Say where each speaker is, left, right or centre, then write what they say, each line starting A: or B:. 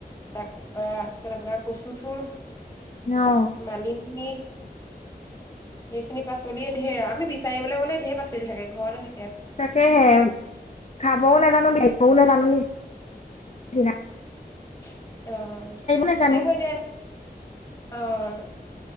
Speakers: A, on the left (about 20°); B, on the left (about 45°).
A: তাকো এ, তাৰপিছত আপোনাৰ কচুৰ থুৰ
B: অ
A: মানিমুনি সেইখিনি পাচলিয়েই ধেৰ আৰু আমি বিচাৰিবলৈ গ'লে ধেৰ পাচলি থাকে। ঘৰতে থাক
B: তাকেহে, খাবও নাজানো, <unintelligible> নাজানো নি-নিচিনা।
A: <unintelligible> অ'!
B: নাজানো
A: এইবোৰ এতিয়া, অ'!